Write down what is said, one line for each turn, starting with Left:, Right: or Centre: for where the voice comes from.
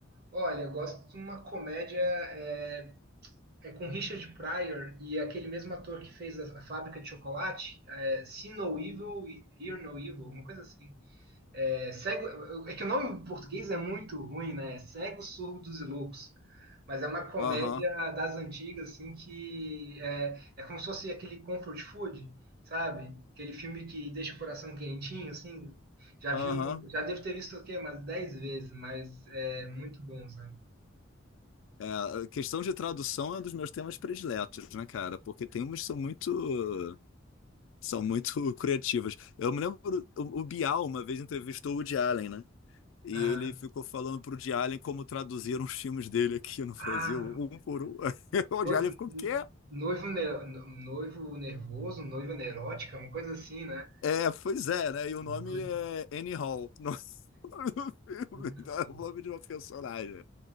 Right: Olha, eu gosto de uma comédia é, é com Richard Pryor e aquele mesmo ator que fez a, a Fábrica de Chocolate, é, See No Evil, Hear No Evil, uma coisa assim. É, cego, é que o nome em português é muito ruim, né? É Cegos, Surdos e Loucos. Mas é uma comédia
Left: Aham,
Right: das antigas, assim, que é, é como se fosse aquele comfort food, sabe? Aquele filme que deixa o coração quentinho, assim. Já viu,
Left: aham.
Right: já devo ter visto o quê? Umas dez vezes, mas é muito bom, sabe?
Left: É, a questão de tradução é um dos meus temas prediletos, né, cara? Porque tem umas que são muito, são muito <laughs> criativas. Eu me lembro, o, o Bial uma vez entrevistou o Woody Allen, né? E
Right: Ah,
Left: ele ficou falando pro Woody Allen como traduziram os filmes dele aqui no Brasil,
Right: ah,
Left: um por um. <laughs> O Woody
Right: noivo,
Left: Allen ficou, quê?
Right: noivo, ne- noivo nervoso, noiva neurótica, uma coisa assim, né?
Left: É, pois é, né? E o
Right: Uma
Left: nome
Right: coisa
Left: é Annie Hall, <laughs> o nome do filme,
Right: muito
Left: então
Right: boa.
Left: é o nome de uma personagem.